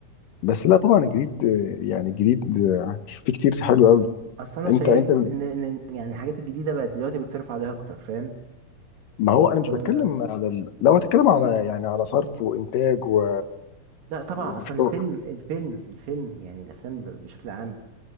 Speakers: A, on the left (about 75°); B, on the right (about 85°).
A: بس لا طبعا الجديد آه، يعني الجديد آه، في كتير حلو قوي
B: اصل انا
A: انت
B: شايف
A: انت
B: ان ان يعني الحاجات الجديده بقت دلوقتي بتصرف عليها اكتر فاهم
A: ما هو انا مش
B: و...
A: بتكلم على ال... لو هتكلم على يعني على صرف وانتاج و...
B: لا طبعا اصلا
A: وشغل
B: الفيلم الفيلم الفيلم يعني الافلام ب- بشكل عام